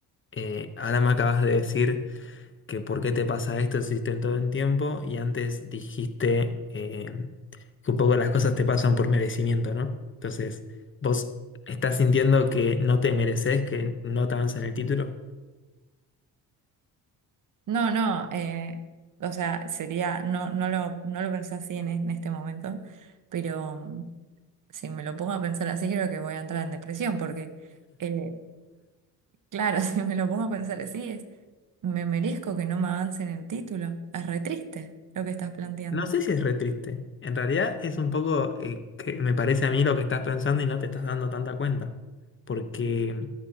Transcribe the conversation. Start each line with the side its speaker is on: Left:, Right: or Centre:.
Left: Eh, ahora me acabas de decir que por qué te pasa esto si todo el tiempo y antes dijiste eh, que un poco las cosas te pasan por merecimiento, ¿no? Entonces, vos estás sintiendo que no te mereces, que no te avancen el título.
Right: No, no, eh, o sea, sería, no, no lo, no lo pensé así en, en este momento, pero mm, si me lo pongo a pensar así, creo que voy a entrar en depresión, porque, eh, claro, <laughs> si me lo pongo a pensar así, Me merezco que no me avancen el título. Es re triste lo que estás planteando.
Left: No sé si es re triste. En realidad es un poco eh, que me parece a mí lo que estás pensando y no te estás dando tanta cuenta. Porque